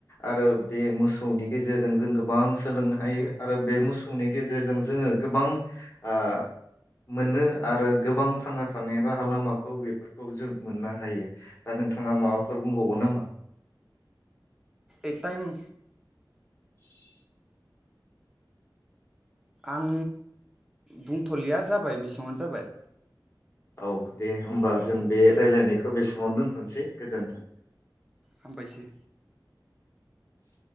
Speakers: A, on the left (about 30°); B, in the centre.
A: आरो बे मोसौनि गेजेरजों जों गोबां सोलोंनो हायो
B: उम
A: आरो बे मोसौ मोसौनि गेजेरजों जोङो गोबां ओ मोनो आरो गोबां थांना थानायनि राहा लामाखौ बेफोरखौ जों मोननो हायो दा नोंथाङा माबाफोर बुंबावगोन नामा
B: एटायम
A: <inaudible>
B: आं बुंथ'लिया जाबाय बेसांङावनो जाबाय
A: औ दे होमबा
B: उम उम
A: जों
B: उम
A: बे रायलायनायखौ बेसाङावनो दोनथ'सै गोजोन्थों
B: हामबायसै
A: <inaudible>